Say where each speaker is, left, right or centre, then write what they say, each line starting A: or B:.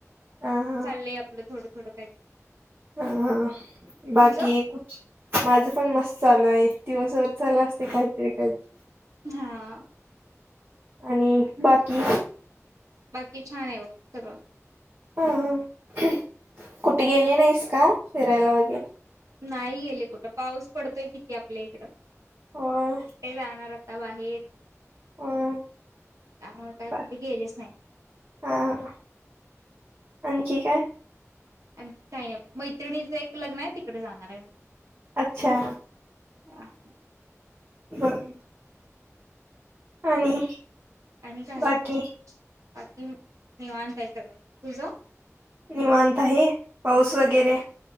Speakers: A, on the right; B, on the right.
A: ह हा
B: चाललंय आपलं थोडं थोडं काहीतरी.
A: ह हा बाकी.
B: तुझं?
A: माझ पण मस्त चालू आहे दिवसभर चालू असतंय काहीतरी काहीतरी.
B: हा.
A: आणि बाकी.
B: बाकी छान आहे बघ सगळं.
A: अ कुठे गेली नाहीस का फिरायला वगैरे.
B: नाही गेले कुठं पाऊस पडतोय किती आपल्या इकड
A: होय
B: कुठे जाणार. तवा हेच
A: होय
B: त्यामुळे काय
A: बा
B: कुठे गेलेच नाही.
A: हा हा आणखी काय.
B: आणखी काही नाही मैत्रिणीचं एक लग्न आहे तिकडे जाणार आहे.
A: अच्छा!
B: ह.
A: बर. आणि
B: आणि काही
A: बाकी
B: नाही बाकी निवांत आहे सगळं तुझं
A: निवांत आहे पाऊस वगैरे.